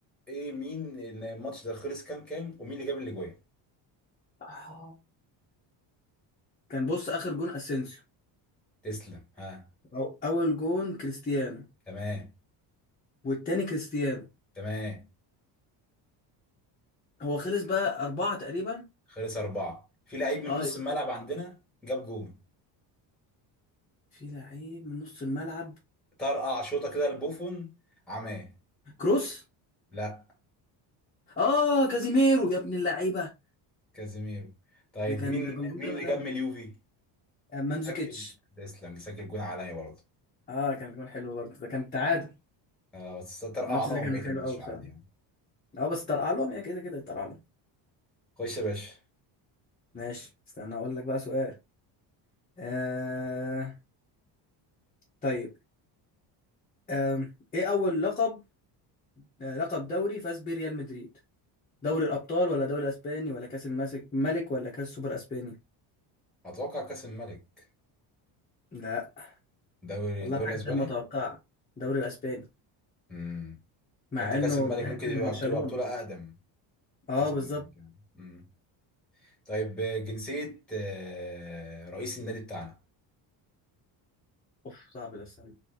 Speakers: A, in the centre; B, on the left.
A: ايه مين الماتش ده خلص كام كام ومين اللي جاب الاجوان
B: آه. كان بص آخر جون أسينسيو
A: تسلم ها
B: أو أول جون كريستيانو
A: تمام
B: والتاني كريستيانو
A: تمام
B: هو خلص بقى أربعة تقريبا
A: خلص أربعة في لعيب من
B: أه
A: نص
B: يبقى
A: الملعب
B: في
A: عندنا جاب جون
B: في لعيب من نص الملعب
A: طرقع شوطة كده لبوفون عماه
B: كروس
A: لا
B: اه كازيميرو يا ابن اللعيبه
A: كازيميرو طيب
B: ده كان
A: مين
B: ده كان جون
A: مين
B: جامد
A: اللي جاب
B: قوي
A: من اليوفي
B: مانزوكيتش
A: سجل ديسلانج سجل جون عليا برضه
B: اه كان جون حلو برضه ده كان تعادل
A: اه بس طرقعناهم
B: الماتش ده كان
A: بقية
B: حلو
A: الماتش
B: قوي بصراحه
A: عادي يعني
B: اه بس طرقع لهم يا كده كده طرقع لهم
A: خش يا باشا
B: ماشي استنى اقول لك بقى سؤال آه طيب آه ايه اول لقب آه لقب دوري فاز بيه ريال مدريد دوري الابطال ولا دوري الاسباني ولا كاس الماسك ملك ولا كاس سوبر اسباني
A: أتوقع كأس الملك
B: لا
A: دوري
B: والله
A: الدوري
B: حاجه
A: الأسباني
B: غير متوقعه دوري الاسباني
A: امم
B: مع
A: قلت كأس
B: انه
A: الملك
B: تحس
A: ممكن
B: انه
A: يبقى
B: برشلونه
A: بطولة يبقى بطولة أقدم
B: اه
A: كأس
B: بالظبط
A: الملك يعني امم طيب جنسية آه، رئيس النادي بتاعنا
B: اوف صعب ده استنى